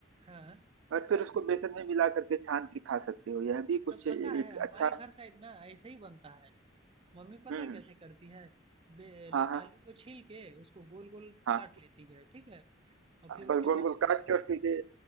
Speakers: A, on the right; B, on the right.
A: हाँ हाँ।
B: और फिर उसको बेसन में मिला करके छान के खा सकते हो यह भी कुछ
A: तब पता
B: एक
A: है हमारे
B: अच्छा
A: घर साइड ना ऐसे ही बनता है मम्मी पता
B: हम्म
A: है कैसे करती है बे-
B: हाँ हाँ
A: आलू को छील के उसको गोल गोल
B: हाँ
A: काट लेती है ठीक है और
B: हाँ,
A: फिर
B: बस
A: उसके
B: गोल
A: बाद
B: गोल काट के और सीधे